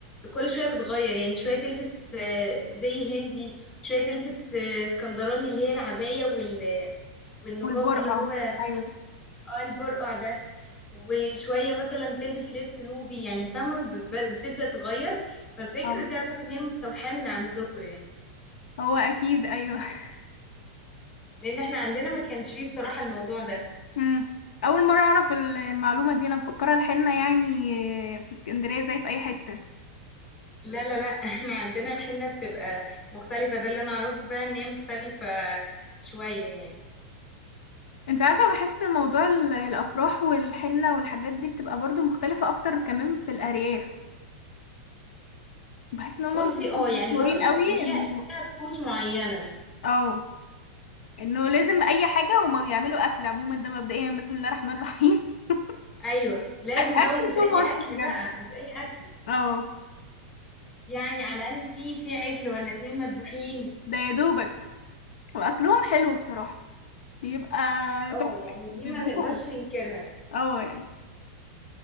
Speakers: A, on the left; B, on the left.
A: كل شوية بتغير يعني شوية تلبس آه، زي هندي شوية تلبس آه، اسكندراني اللي هي العباية وال والنقاب
B: والبرقع
A: اللي هو
B: ايوه
A: اه البرقع ده وشوية مثلا تلبس لبس نوبي يعني فاهمة بب- بتبدأ تغير فالفكرة
B: اه
A: دي أعتقد إن هي مستوحاة من عندكم يعني
B: هو اكيد ايوه <laughs>
A: لأن احنا عندنا ما كانش فيه بصراحة الموضوع ده
B: مم. اول مره اعرف ال- المعلومه دي انا مفكره الحنه يعني في اسكندريه زي في اي حته
A: لا لا لا <laughs> احنا عندنا الحنة بتبقى مختلفة ده اللي أنا أعرفه فعلا إن هي مختلفة شوية يعني
B: انت عارفه بحس موضوع ال- الافراح والحنه والحاجات دي بتبقى برضو مختلفه اكتر كمان في الارياف بحس ان هم
A: بصي
B: بيبقوا
A: اه يعني
B: مشهورين
A: برضو
B: قوي
A: ف- ليها
B: انه
A: ليها طقوس معينة
B: اه انه لازم اي حاجه هما بيعملوا اكل عموما ده مبدئيا بسم الله الرحمن الرحيم <laughs>
A: أيوة لازم
B: اكل
A: بقى ومش
B: طول
A: أي
B: ماتش
A: أكل
B: بجد
A: بقى مش أي أكل
B: اه
A: يعني على الأقل في في عجل ولا اتنين مذبوحين
B: ده يا دوبك واكلهم حلو بصراحه بيبقى
A: اه
B: تحفه
A: يعني
B: بيطبخوا
A: دي ما نقدرش
B: حلو
A: ننكرها
B: اه يعني